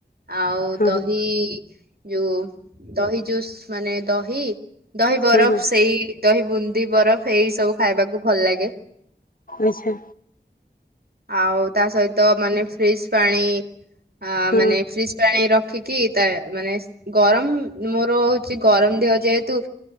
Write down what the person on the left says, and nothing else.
ହଁ
ହଁ
ହଁ ହଁ
ଆଚ୍ଛା
ହଁ